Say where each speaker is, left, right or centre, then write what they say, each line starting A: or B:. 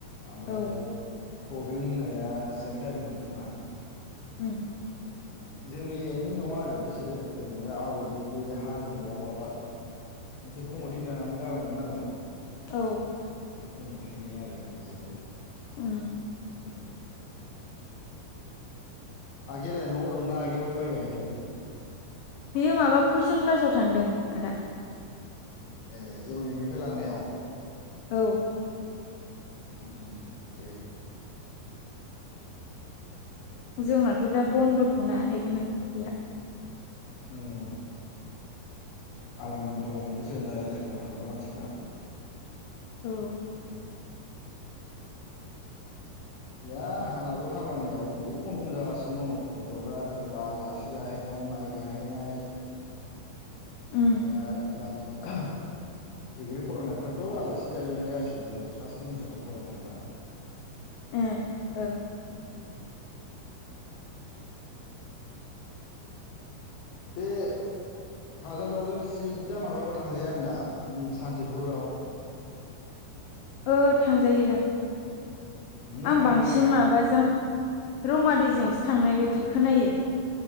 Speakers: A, on the left; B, on the left.
A: ओमफ्राय
B: औ
A: परबिन होननाया सेक्रेटारिमोन खोमा
B: उम।
A: ओ जोंनि एन्डनि नङा आरो बिसोरो ओरैनो आवटनि बे हारिमुआव माबा। मोनसे कमटिन दानानै गालाङो नालायो
B: औ।
A: बे कमिटिनि आरोखि बिसोरो।
B: उम।
A: ओम। आगैयालाय न'आव दंना आगैयाबो माइ गायहैदों?
B: बेयो माबा कुइसन क्लासाव थांदों आदा।
A: ए इउनिटनिफ्राय लानायाव?
B: औ।
A: उम ए
B: जोंनाथ' दा बन्दथ'ना बेखायनो गैया गा
A: औ। आलां फालां मोनथ'सिगोन आरो स्कुलाव थांग्रा मानसिफ्रायो
B: औ।
A: बे हानाबो खामानियाव जि खम खम जागासिनो दङ गथ'फ्रा सोरबा आला आलासि जाहैनाय माइ गायहैनायो
B: उम
A: दा मानो <unintelligible> डिग्रि फरायनायफ्राथ' आलासि जायजोबनाय गासैबो फार्स्ट सेमिस्टाराव फरायनायफ्राथ'
B: ए ओ
A: ओम। बे काजलगावजों सिदा माबायाव थांजायाानो दा सान्थिफुरावो
B: ओ थांजायो दां।
A: नों
B: आं
A: थांफेराखै
B: बांसिन माबाजों रमादिजोंसो थांनाय बायदि खोनायो।